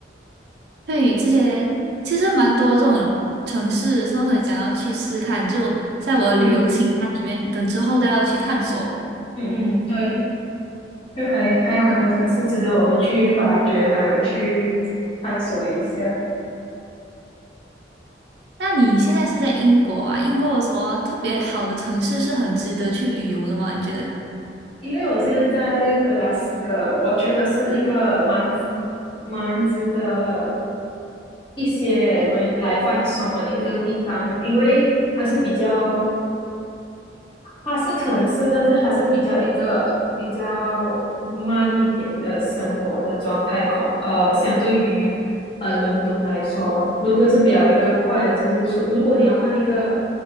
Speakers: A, on the right; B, on the left.
A: 对，这些其实蛮多这种城市，都很想要去试看，就在我的旅游清单里面，
B: 嗯
A: 等之后都要去探索。
B: 嗯嗯，对，就还还有很多城市值得我们去发掘，还有去探索一下。
A: 那你现在是在英国啊？英国有什么特别好的城市是很值得去旅游的吗？你觉得？
B: 因为我现在在格拉斯哥，我觉得是一个蛮蛮值得。一些人来放松的一个地方，因为还是比较，它是城市，但是还是比较一个比较慢一点的生活的状态。可呃，相对于呃伦敦来说，伦敦是比较一个快的城市。所如果你要换一个